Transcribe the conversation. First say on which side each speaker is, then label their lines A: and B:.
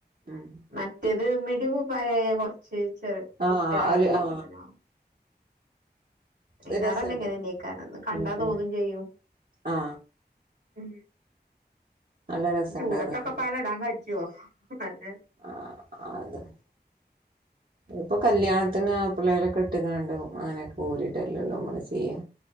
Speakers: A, on the right (about 55°); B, on the right (about 85°).
A: ഉം
B: മറ്റേത് മിടിം കുപ്പായയാ കൊറ്ച്ച് ചെറെ
A: ആ
B: കുട്ട്യാളതി
A: ഒരു ആ
B: ഇങ്ങനാവും അയ്ലാറല്ലേ
A: അത് രസണ്ട്
B: ഇങ്ങനെന്നെയ്കാരന്ന് കണ്ടാ
A: ഉം
B: തോന്നും
A: ഉം
B: ചെയ്യും
A: ആ
B: ഉം
A: നല്ല രസണ്ട്
B: ഇ ചൂടത്തൊക്കെപ്പാടെ
A: അത് കാണാൻ
B: ഇടാകജ്ജോ മറ്റേ
A: ആഹ് അതൊ
B: <inaudible>
A: അത്പ്പൊ കല്യാൺത്തിന് അപ്പ്ളേലൊക്കെട്ട്കാണ്ടും അങ്ങനെക്കെ ഊരിടല്ലൊള്ളു നമ്മള് ചെയ്യ